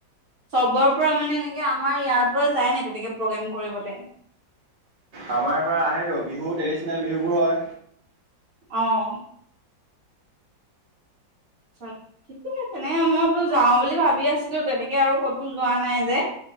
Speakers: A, on the right; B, on the right.
A: চবৰ পৰা মানে এনেকে আমাৰ ইয়াৰ পৰা যায় নে? তেনেকে প্ৰ'গ্ৰেম কৰিবলে
B: আমাৰ পৰা আহেটো বিহু ট্ৰেডিচনেল বিহুবোৰ হয়।
A: অ' আচ্ছা, ঠিকে আছে, তেনেক মই বোলো যাওঁ বুলি ভাবি আছিলো, তেনেকে আৰু ক'তো যোৱা নাই যে